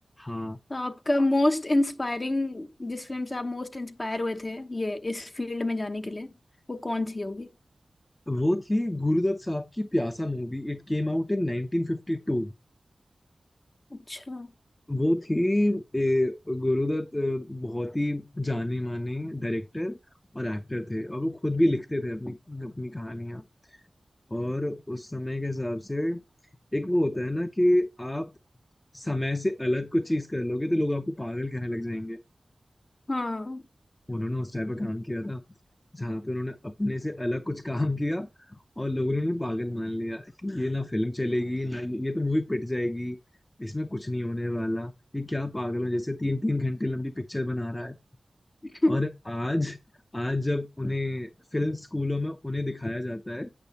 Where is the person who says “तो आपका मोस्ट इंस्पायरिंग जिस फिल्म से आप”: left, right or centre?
Left